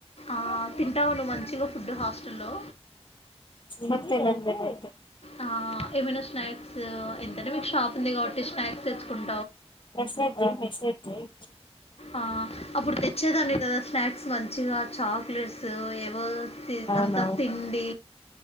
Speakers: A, on the left; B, on the left.
A: ఆ తింటావా నువ్వు మంచిగా ఫుడ్డు హాస్టల్లో
B: నాకు తెలన్ది <inaudible>
A: ఆ ఏమైనా స్నాక్స్ ఎంతైనా మీకు షాప్ ఉంది కాబట్టి స్నాక్స్ తెచ్చుకున్
B: మెసేజ్ జైయ్ మెసేజ్ జైయ్
A: ఆ అప్పుడు తెచ్చేదానివి కదా స్నాక్స్ మంచిగా చాక్లెట్స్ ఏవో చేతంత
B: అవునవును
A: తిండి